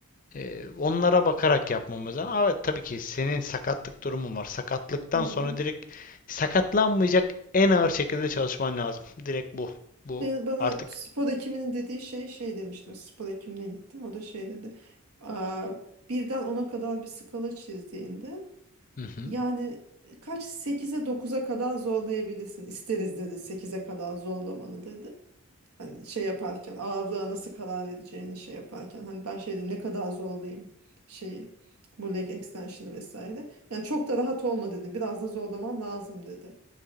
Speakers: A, on the left (about 35°); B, on the right (about 85°).
A: Ee, onlara bakarak yapmamız lazım. Ama tabii ki senin sakatlık durumun var. Sakatlıktan
B: Hı.
A: sonra direkt sakatlanmayacak en ağır şekilde çalışman lazım. Direkt bu. Bu
B: Ben, bana
A: artık.
B: spor hekiminin dediği şey şey demiştim. Spor hekimine gittim. O da şey dedi. Aa, birden ona kadar bir skala çizdiğinde
A: Hı hı.
B: yani kaç sekize dokuza kadar zorlayabilirsin. İsteriz dedi sekize kadar zorlamanı dedi. Hani şey yaparken ağırlığa nasıl karar vereceğini şey yaparken hani ben şeyde ne kadar zorlayayım şeyi bu leg extension'ı vesaire. Yani çok da rahat olma dedi. Biraz da zorlaman lazım dedi.